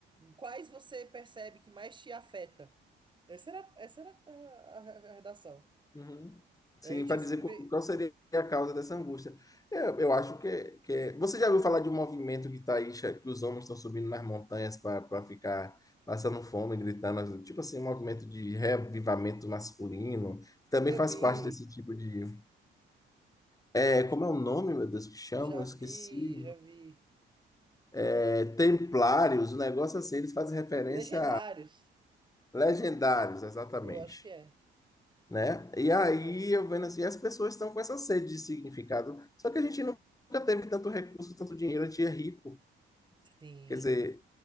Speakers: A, on the right; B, on the left.
A: quais você percebe que mais te afeta? Essa era, essa era a, a- a redação.
B: Uhum.
A: E
B: Sim,
A: aí eu tinha
B: para
A: que
B: dizer
A: escrever.
B: qual qual seria a causa dessa angústia. Eu, eu acho que, é- que é- Você já ouviu falar de um movimento que tá aí, che- que os homens estão subindo nas montanhas para ficar passando fome, gritando, tipo assim, um movimento de reavivamento masculino, que também
A: Eu
B: faz
A: vi,
B: parte desse tipo de. É,
A: j-
B: como é o nome, meu Deus, que chamam?
A: já
B: Eu
A: vi,
B: esqueci.
A: já vi.
B: É, templários, o negócio assim, eles fazem referência
A: Legendários,
B: Legendários, exatamente.
A: eu acho que é.
B: Né? E aí
A: Aham.
B: eu vendo assim, as pessoas estão com essa sede de significado, só que a gente nunca teve tanto recurso, tanto dinheiro, a gente é rico.
A: Sim.
B: Quer dizer,